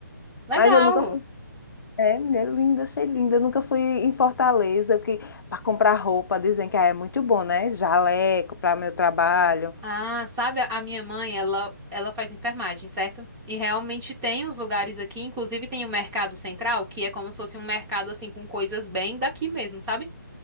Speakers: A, in the centre; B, on the left (about 80°).
A: Legal.
B: mas eu nunca fui É, mulher linda, achei linda. Eu nunca fui em Fortaleza que para comprar roupa, dizem que ah, é muito bom, né? Jaleco para meu trabalho.
A: Ah, sabe, a minha mãe, ela, ela faz enfermagem, certo? E realmente tem uns lugares aqui, inclusive tem o Mercado Central, que é como se fosse um mercado, assim, com coisas bem daqui mesmo, sabe?